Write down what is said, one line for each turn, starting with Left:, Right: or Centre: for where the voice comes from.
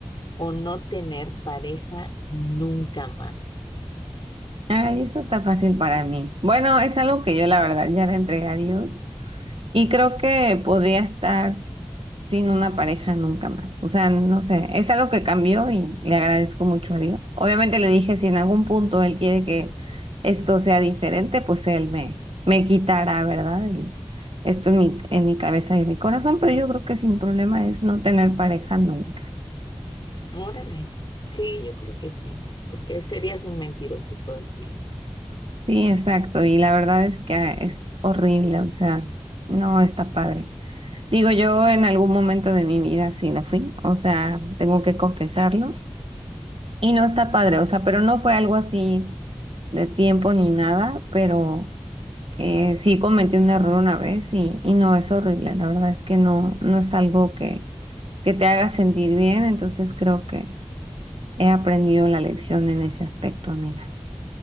Left: o no tener pareja nunca más?
Right: Ay, eso está fácil para mí. Bueno, es algo que yo la verdad ya le entregué a Dios y creo que podría estar sin una pareja nunca más. O sea, no sé, es algo que cambió y le agradezco mucho a Dios. Obviamente le dije, si en algún punto él quiere que esto sea diferente, pues él me, me quitará, ¿verdad? El- esto en mi, en mi cabeza y en mi corazón, pero yo creo que sin problema es no tener pareja nunca.
Left: Órale. Sí, yo creo que sí, porque serías un mentiroso todo el tiempo.
Right: Sí, exacto. Y la verdad es que ah, es horrible, o sea, no está padre. Digo, yo en algún momento de mi vida sí lo fui, o sea, tengo que confesarlo. Y no está padre, o sea, pero no fue algo así de tiempo ni nada, pero eh, sí cometí un error una vez y, y no es horrible. La verdad es que no, no es algo que, que te haga sentir bien, entonces creo que he aprendido la lección en ese aspecto, amiga.